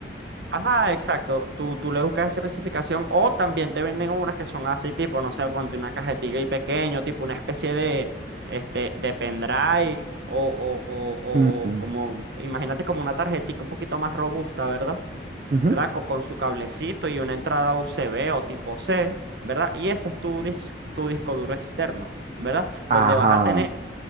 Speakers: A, on the right; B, on the right.
A: Ajá, exacto. Tú, tú le buscas esa especificación o también te venden unas que son así, tipo, no sé, ponte una cajetilla y pequeño, tipo una especie de, este, de pendrive o, o, o,
B: Mm,
A: o como, imagínate como una tarjetita un poquito más robusta, ¿verdad?
B: ujú.
A: ¿Verdad? Co- Con, su cablecito y una entrada USB o tipo C, ¿verdad? Y ese es tu, dis- tu disco duro externo, ¿verdad? Donde
B: Ajá.
A: vas a tener